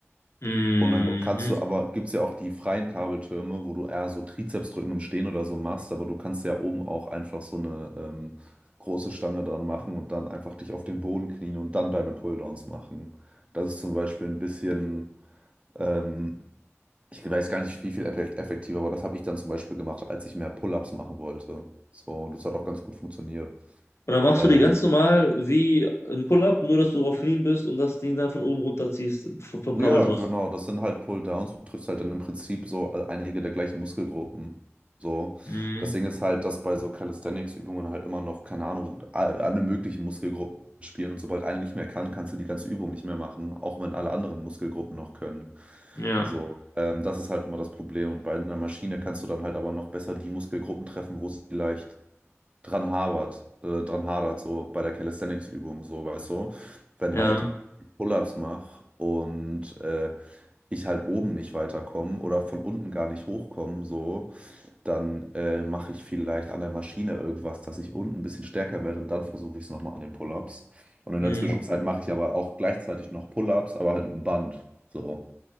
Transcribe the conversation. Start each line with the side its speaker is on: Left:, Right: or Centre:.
Left: Mhm.
Right: Und dann kannst du aber, gibt es ja auch die freien Kabeltürme, wo du eher so Trizepsdrücken im Stehen oder so machst, aber du kannst ja oben auch einfach so eine ähm, große Stange dran machen und dann einfach dich auf den Boden knien und dann deine Pulldowns machen. Das ist zum Beispiel ein bisschen, ähm, ich weiß gar nicht, wie viel effe- effektiver, aber das habe ich dann zum Beispiel gemacht, als ich mehr Pull-ups machen wollte. So, das hat auch ganz gut funktioniert.
Left: Und dann machst
Right: Ähm,
Left: du die ganz normal wie ein Pull-up, nur dass du auf Knien bist und das Ding dann von oben runterziehst vom, vom
Right: Ja,
Left: Kabelturm.
Right: genau, das sind halt Pull-Downs. Du triffst halt dann im Prinzip so äh, einige der gleichen Muskelgruppen. So.
Left: Mhm.
Right: Das Ding ist halt, dass bei so Calisthenics-Übungen halt immer noch, keine Ahnung, all- alle möglichen Muskelgruppen spielen und sobald eine nicht mehr kann, kannst du die ganze Übung nicht mehr machen, auch wenn alle anderen Muskelgruppen noch können.
Left: Ja,
Right: So, ähm, das ist halt immer das Problem. Und bei einer Maschine kannst du dann halt aber noch besser die Muskelgruppen treffen, wo es vielleicht dran hapert, äh, dran hadert, so bei der Calisthenics-Übung, so, weißt du, wenn
Left: ja.
Right: halt ich Pull-ups mache und äh, ich halt oben nicht weiterkomme oder von unten gar nicht hochkomme, so, dann äh, mache ich vielleicht an der Maschine irgendwas, dass ich unten ein bisschen stärker werde und dann versuche ich es nochmal an den Pull-ups. Und in
Left: Mhm.
Right: der Zwischenzeit mache ich aber auch gleichzeitig noch Pull-ups, aber halt mit dem Band, so.